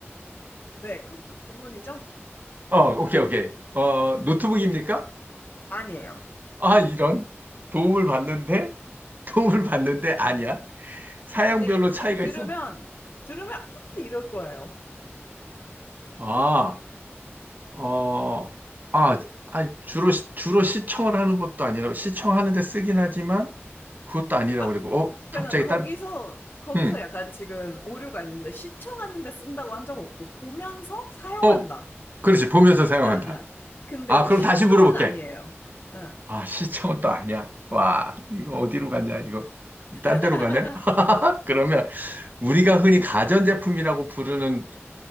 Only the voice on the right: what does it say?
어, 오케이, 오케이. 어, 노트북입니까?
아, 이런. 도움을 받는데? <laughs> 도움을 받는데 아니야. 사양별로
차이가
있어.
아, 어, 아, 아 주로, 시- 주로 시청을 하는 것도 아니라, 시청하는데 쓰긴 하지만, 그것도 아니라고
그러고, 어,
갑자기
딴,
음,
어, 그렇지, 보면서 사용한다.
아,
그럼
다시 물어볼게.
아, 시청은 또 아니야. 와, 이거 어디로 가냐, 이거.
딴 데로 가네? <laughs> 그러면 우리가 흔히 가전제품이라고 부르는